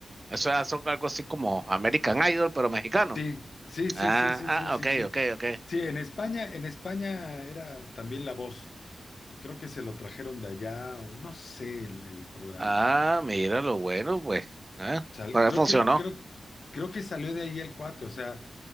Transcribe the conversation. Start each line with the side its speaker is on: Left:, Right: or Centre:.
Right: Eso ya son algo así como American Idol, pero mexicano.
Left: Sí, sí, sí,
Right: Ah,
Left: sí, sí, sí,
Right: ah,
Left: sí,
Right: ok,
Left: sí.
Right: ok, ok.
Left: Sí, en España, en España era también La Voz. Y creo que se lo trajeron de allá, o no sé el, el programa,
Right: Ah,
Left: pero.
Right: mira lo bueno, pues. Ah,
Left: Sal-
Right: pues
Left: creo
Right: funcionó.
Left: que, creo, creo que salió de ahí el cuate, o sea,